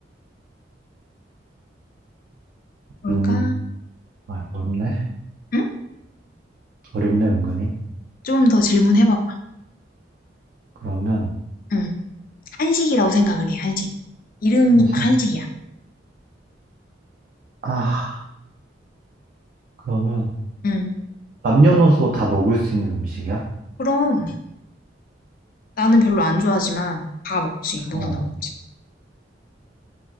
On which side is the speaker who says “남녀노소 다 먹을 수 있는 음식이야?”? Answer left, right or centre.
Right